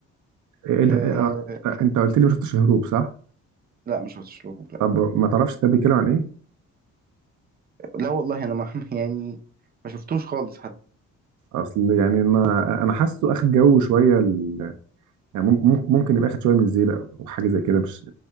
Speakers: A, on the right; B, on the right.
A: إيه إيه
B: أه
A: إيه آه، انت قلت لي ما شفتش الهروب صح
B: لا مش شفتش له لا.
A: طب ما تعرفش ده بيتكلم عن ايه
B: لا والله انا ما <laughs> يعني ما شفتوش خالص حتى
A: اصل يعني ما انا حاسه اخد جو شويه ال... يعني مم- مم- ممكن يبقى اخد شويه من الزيبق او حاجه زي كده مش